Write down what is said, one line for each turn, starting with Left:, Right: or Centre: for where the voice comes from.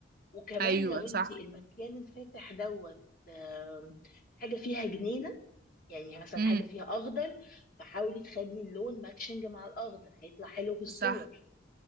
Left: وكمان
Right: ايوه
Left: لو انت
Right: صح
Left: المكان الفاتح دوت آم، حاجه فيها جنينه يعني مثلا
Right: امم
Left: حاجه فيها اخضر فحاولي تخلي اللون ماتشنج مع الاخضر هيطلع حلو في الصور
Right: صح